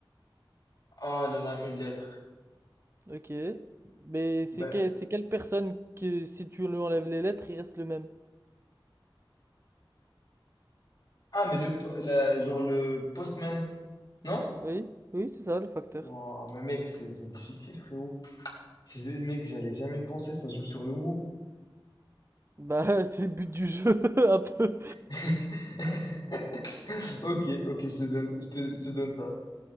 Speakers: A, on the left (about 50°); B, on the right (about 30°).
A: Ah là là, une lettre.
B: Ok. Mais c'est
A: Ben,
B: que- c'est quelle personne qui, si tu lui enlèves les lettres, il reste le même?
A: ah, mais le, po- la- genre le postman, non?
B: Oui, oui, c'est ça le facteur.
A: Wow, mais mec, c'est c'est difficile, frérot. C'est, c'est- mec, j'allais jamais penser, ça joue sur le mot.
B: Bah, <laughs> c'est le but du jeu, <laughs> un peu.
A: <laughs> Ok, ok, je te donne, je te, je te donne ça.